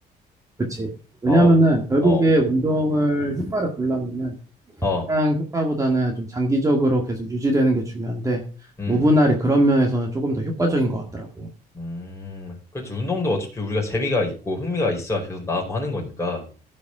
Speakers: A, on the right; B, on the left.
A: 그치. 왜냐면은
B: 어.
A: 결국에
B: 어.
A: 운동을 효과를 보려면은
B: 어.
A: 시장 효과보다는 좀 장기적으로 계속 유지되는 게 중요한데
B: 음.
A: 무분할이 그런 면에서는 조금 더 효과적인 것 같더라고.
B: 음. 그렇지 운동도 어차피 우리가 재미가 있고 흥미가 있어야 계속 나가고 하는 거니까